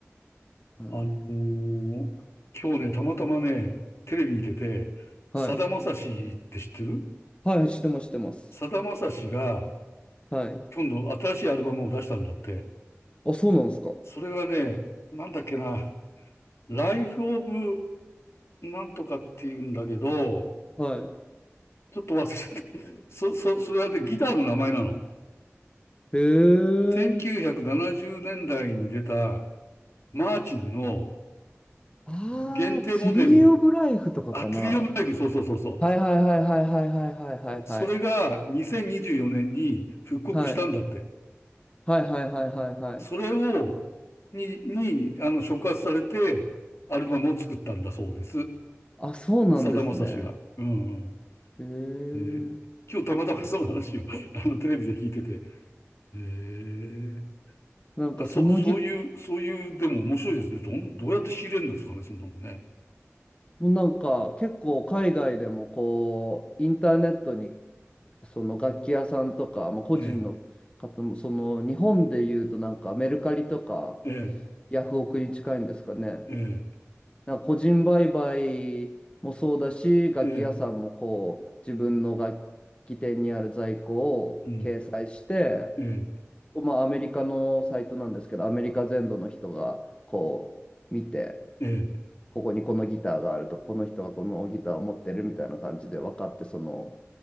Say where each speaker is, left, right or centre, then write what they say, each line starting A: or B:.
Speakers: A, on the left; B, on the left.
A: はい。
B: あのー今日ね、たまたまね、テレビ見てて、
A: はい。
B: さだまさしって知ってる
A: はい、してます、してます。
B: さだまさしが、
A: はい。
B: 今度新しいアルバムを出したんだって。
A: あ、そうなんですか。
B: それがね、なんだっけな、ライフオブなんとかって言うんだけど、
A: はい。
B: ちょっと忘れちゃった。<laughs> そ、そ、それはね、ギターの名前なの。
A: へえ。
B: 1970年代に出た、マーチンの
A: ああ、
B: 限定モデル、
A: ツリーオブライフとかかな。
B: あ、トリーオブライフ、そうそうそうそう。
A: はいはいはいはいはいはいはいはいはい。
B: それが2024年にじゅうよねんに復刻したんだって。
A: はいはいはいはいはいはい。
B: それを、に、に、あの、触発されて、アルバムを作ったんだそうです。
A: あ、そうなんですね。
B: さだまさしが。うんうん。
A: へえ。
B: えー今日たまたまその話を <laughs> あのテレビで聞いてて。えー、
A: なんかそのぎ、
B: だそそういう、そういう、でも面白いですね。どん、どうやって仕入れるんですかね、そんなのね。
A: なんか結構海外でもこう、インターネットにその楽器屋さんとか、まあ、個人の方も、
B: え
A: その日本で言うとなんかメルカリとか
B: ええ
A: ヤフオクに近いんですかね。
B: ええ
A: なんか個人売買もそうだし、楽器屋さんもこう、
B: ええ
A: 自分の楽器店にある在庫を掲載して、
B: ーうん、ええ
A: まあ、アメリカのサイトなんですけど、アメリカ全土の人がこう見て、
B: ええ
A: ここにこのギターがあると、この人がこのギターを持ってるみたいな感じで分かって、その